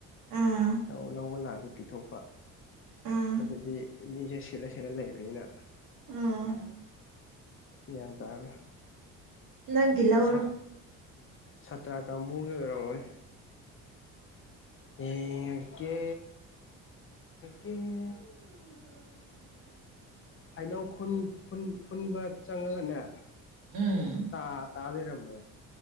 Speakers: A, on the right (about 65°); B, on the left (about 35°).
A: ꯑꯥ
B: ꯂꯧ ꯂꯧꯕ ꯂꯥꯛꯑꯗꯤ ꯄꯤꯊꯣꯛꯄ
A: ꯑꯥ
B: ꯑꯗꯨꯕꯗꯤ ꯃꯤꯁꯦ ꯁꯦꯠꯂ ꯁꯦꯠꯂ ꯂꯩꯕꯅꯤꯅ
A: ꯑꯥ
B: ꯒ꯭ꯌꯥꯟꯗ
A: ꯅꯪꯒꯤ ꯂꯧꯔꯣ
B: ꯁꯠ ꯁꯥꯇ꯭ꯔ ꯀꯥꯡꯕꯨꯒꯤ ꯑꯣꯏꯔꯝꯃꯅꯦ ꯌꯦ ꯀꯦ <inaudible> ꯍꯩꯅꯧ ꯈꯨꯟ ꯈꯨꯟꯕ ꯆꯪꯉꯒꯅꯦ
A: ꯎꯝ
B: ꯇꯥ ꯇꯥ ꯂꯩꯔꯝꯃꯦ